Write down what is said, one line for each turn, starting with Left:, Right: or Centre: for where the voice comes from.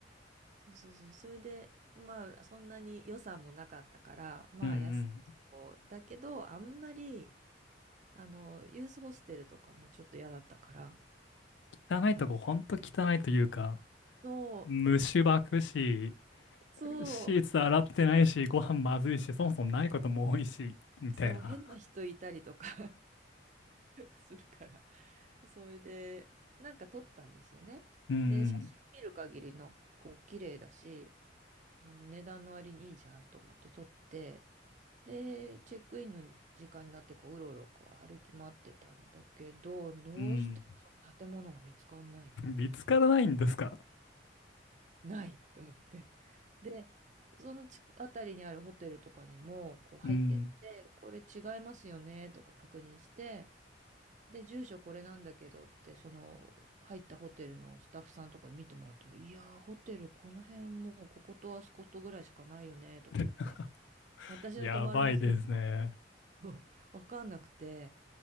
Right: そうそうそう。それで、まあ、そんなに予算もなかったから、まあ、
Left: うん
Right: 安いとこだけど、あんまり、あの、ユースホステルとかもちょっと嫌だったから、
Left: うん。汚いとこ、
Right: あ
Left: ほんと汚いというか、
Right: そう、
Left: 虫ばくし、
Right: そう、
Left: シーツ洗ってないし、ご飯まずいし、そもそもないことも多いし、みたいな。
Right: そう、変な人いたりとか <laughs> するから。それで、なんか撮ったんですよね。
Left: うん
Right: で、写真見る限りの、こう、綺麗だし、あの、値段の割にいいじゃんと思って撮って、で、チェックインの時間になってこう、うろうろこう歩き回ってたんだけど、どうしてもその建物が見つかんないの。
Left: うん。うん。見つからないんですか
Right: ないと思って。で、そのち辺りにあるホテルとかにもこう入ってって、
Left: うん。
Right: これ違いますよねとか確認して、で、住所これなんだけどって、その入ったホテルのスタッフさんとかに見てもらっても、いやー、ホテルこの辺もうこことあそことぐらいしかないよねとか言って、
Left: <laughs>
Right: 私の泊まるはずのと
Left: やばいですね。
Right: <laughs> わかんなくて。